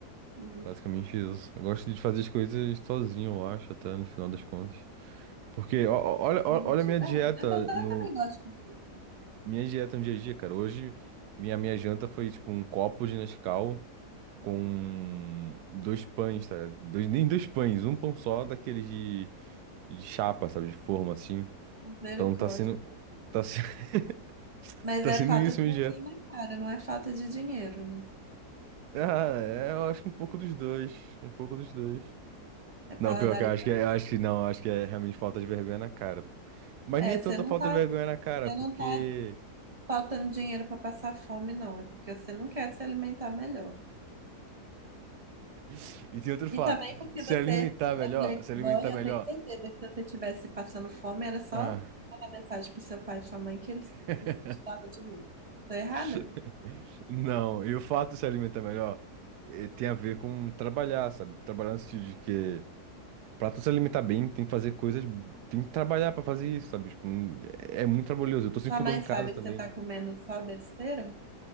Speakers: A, on the right; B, on the right.
A: hum,
B: Basicamente isso. Eu gosto de fazer as coisas sozinho, eu acho, até no final das contas. Porque ó- ó- olha,
A: entendi.
B: ó- olha a minha
A: É,
B: dieta
A: é bom, eu
B: no
A: também gosto de ver.
B: minha dieta no dia a dia, cara. Hoje minha minha janta foi tipo um copo de Nescau com dois pães, tá ligado? Dois, nem dois pães, um pão só daqueles de, de chapa, sabe? De forma, assim.
A: misericórdia.
B: Então tá sendo, tá, se- <laughs>
A: Mas
B: tá
A: é
B: sendo
A: falta
B: isso
A: de
B: minha
A: vergonha
B: dieta.
A: na cara, não é falta de dinheiro, né?
B: Ah, é, eu acho que um pouco dos dois, um pouco dos dois.
A: É paladar
B: Não, pior que eu
A: infantil.
B: acho que, é- eu acho que não, eu acho que é realmente falta de vergonha na cara, pô. Mas
A: É,
B: nem é
A: você
B: tanta
A: não
B: falta
A: tá,
B: de vergonha na cara,
A: você
B: porque...
A: não tá faltando dinheiro para passar fome, não. É porque você não quer se alimentar melhor.
B: <laughs> E tem outro fato,
A: E também porque
B: se
A: você
B: alimentar melhor,
A: é playboy,
B: se alimentar
A: eu
B: melhor...
A: tenho certeza que se você estivesse passando fome, era só
B: ah.
A: mandar mensagem pro seu pai e sua mãe que eles,
B: <laughs>
A: eles te davam dinheiro. Tô errada?
B: <laughs> Não, e o fato de se alimentar melhor eh, tem a ver com trabalhar, sabe? Trabalhar no sentido de que pra tu se alimentar bem, tem que fazer coisas, tem que trabalhar pra fazer isso, sabe? Tipo, hum, é é muito trabalhoso. Eu tô sem
A: Sua
B: fogão
A: mãe
B: em
A: sabe
B: casa
A: que
B: também.
A: você tá comendo só besteira?